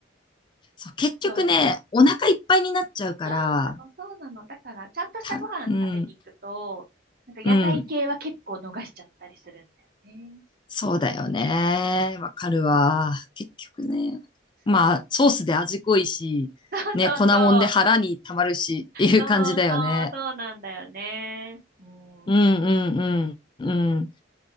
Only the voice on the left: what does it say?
そう、結局ね、
お腹いっぱいになっちゃうから、
た、うん、
うん。そうだよね。わかるわ。結局ね。
まあ、ソースで味濃いし、
ね、粉もんで腹に溜まるしっていう感じだよね。
うんうんうん。
うん。